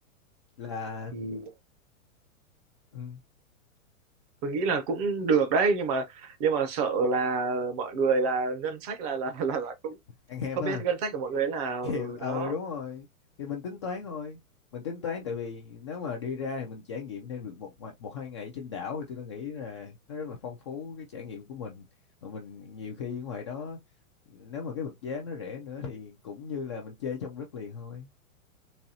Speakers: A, on the left; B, on the right.
A: là
B: thì
A: ừ.
B: tôi nghĩ là cũng được đấy nhưng mà nhưng mà sợ là mọi người là ngân sách là là là, là cũng
A: Ăn hẹp
B: không
A: ha
B: biết ngân sách của mọi người là
A: kiểu
B: ừ
A: ừ
B: đó
A: đúng rồi thì mình tính toán thôi mình tính toán tại vì nếu mà đi ra thì mình trải nghiệm thêm được một ngoa- một hai ngày ở trên đảo thì tôi nghĩ là nó rất là phong phú cái trải nghiệm của mình mà mình nhiều khi ngoài đó nếu mà cái vật giá nó rẻ nữa thì cũng như là mình chơi trong đất liền thôi